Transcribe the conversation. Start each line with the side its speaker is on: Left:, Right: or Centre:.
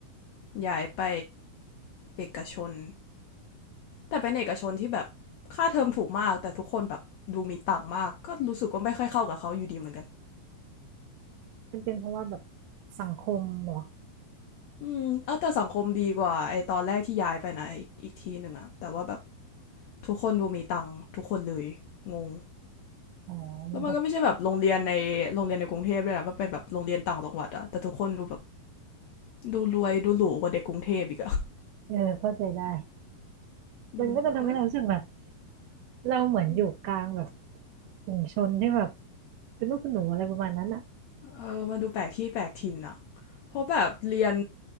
Left: ย้ายไปเอกชนแต่เป็นเอกชนที่แบบค่าเทอมถูกมาก แต่ทุกคนแบบดูมีตังค์มาก ก็รู้สึกว่าไม่ค่อยเข้ากับเขาอยู่ดีเหมือนกัน
Right: มันเป็นเพราะว่าแบบสังคมเหรอ
Left: อืมเอาแต่สังคมดีกว่าไอตอนแรกที่ย้ายไปนะอีกอีกทีหนึ่งอะแต่ว่าแบบทุกคนดูมีตังค์ทุกคนเลยงง
Right: อ๋อมันจะ
Left: แล้วมันก็ไม่ใช่แบบโรงเรียนในโรงเรียนในกรุงเทพด้วยนะมันเป็นแบบโรงเรียนต่างจังหวัดอะแต่ทุกคนดูแบบดูรวยดูหรูกว่าเด็กกรุงเทพอีกอะ
Right: เออเข้าใจได้
Left: ดูแล้วก็เออ
Right: มันก็จะทำให้เรารู้สึกแบบเราเหมือนอยู่กลางแบบ
Left: อืม
Right: ฝูงชนที่แบบเป็นลูกคุณหนูอะไรประมาณนั้นอ่ะ
Left: เออมันดูแปลกที่แปลกถิ่นอะเพราะแบบเรียน